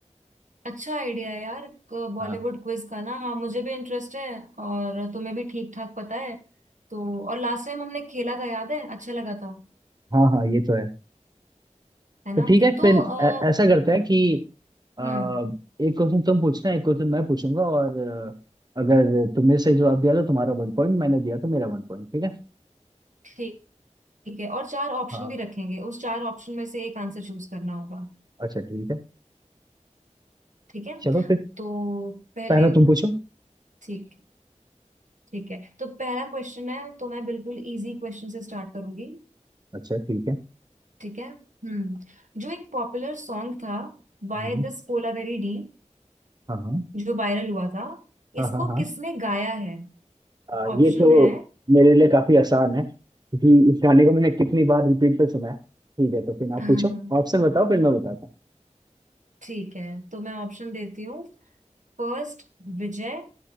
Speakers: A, on the right; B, on the right.
A: अच्छा आइडिया है यार बॉलीवुड
B: हाँ
A: क्विज का ना हाँ मुझे भी इंटरेस्ट है और तुम्हें भी ठीक ठाक पता है तो और लास्ट टाइम हमने खेला था याद है अच्छा लगा था
B: हाँ हाँ ये तो है
A: है
B: तो
A: ना
B: ठीक है
A: तो
B: फिर ऐ-
A: अ,
B: ऐसा करते हैं कि आ,
A: हम्म
B: एक क्वेश्चन तुम पूछना एक क्वेश्चन मैं पूछूंगा और अ, अगर तुमने सही जवाब दिया तो तुम्हारा वन पॉइंट मैंने दिया तो मेरा वन पॉइंट ठीक है
A: ठीक ठीक है और चार ऑप्शन
B: हाँ
A: भी रखेंगे उस चार ऑप्शन में से एक आंसर चूज करना होगा
B: अच्छा ठीक है
A: ठीक है
B: चलो फिर
A: तो पहले
B: पहला तुम पूछो
A: ठीक ठीक है तो पहला क्वेश्चन है तो मैं बिल्कुल इजी क्वेश्चन से स्टार्ट करूंगी
B: अच्छा ठीक है
A: ठीक है हम्म जो एक पॉपुलर सॉन्ग था बाय
B: हम्म,
A: दिस कोलावेरी डी
B: हाँ
A: जो वायरल हुआ था
B: हाँ
A: इसको
B: हाँ हाँ
A: किसने गाया है
B: आ,
A: ऑप्शन
B: ये तो
A: है
B: मेरे लिए काफी आसान है क्योंकि इस गाने को मैंने कितनी बार रिपीट पे सुना है ठीक है तो फिर आप
A: <laughs>
B: पूछो ऑप्शन बताओ फिर मैं बताता हूँ
A: ठीक है तो मैं ऑप्शन देती हूँ First Vijay